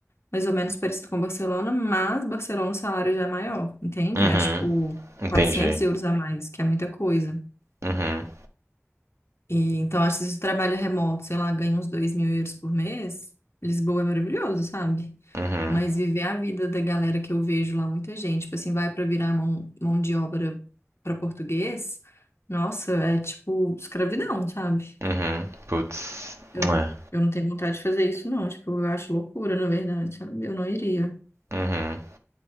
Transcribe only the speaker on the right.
Uhum.
Entendi.
Uhum.
Uhum.
Uhum. Putz.
É.
Uhum.